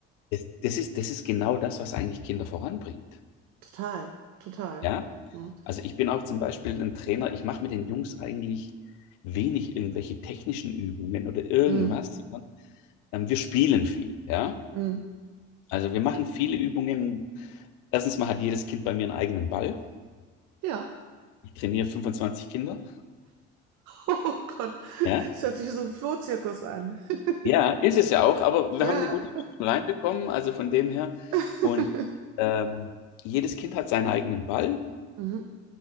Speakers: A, on the left; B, on the right.
A: Das, das ist, das ist genau das, was eigentlich Kinder voranbringt.
B: total, total.
A: Ja,
B: Ja.
A: also ich bin auch zum Beispiel ein Trainer, ich mache mit den Jungs eigentlich wenig irgendwelche technischen Übungen oder irgendwas.
B: Mm,
A: sondern, Ähm, wir spielen viel, ja.
B: mm.
A: Also wir machen viele Übungen. Erstens mal hat jedes Kind bei mir einen eigenen Ball.
B: Ja. <laughs>
A: Ich trainiere 25 Kinder.
B: Oh Gott,
A: Ja,
B: es hört sich so ein Flohzirkus an. <laughs>
A: ja, ist es ja auch, aber wir
B: Ja.
A: haben eine gute Mischung reinbekommen, also von dem her.
B: <laughs>
A: Und ähm, jedes Kind hat seinen eigenen Ball.
B: Mhm.